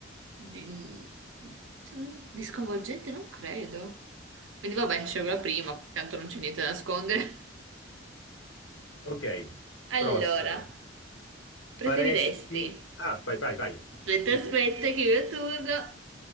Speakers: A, on the right; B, on the left.
A: Di, cioè, di sconvolgente non credo. Quindi vabbè, scelgo la prima, tanto non c'è niente da nascondere. <laughs>
B: Ok,
A: Allora,
B: prossimo.
A: preferiresti?
B: Faresti... Ah, vai, vai, vai,
A: Aspetta,
B: vai
A: aspetta,
B: tu.
A: che è il mio turno.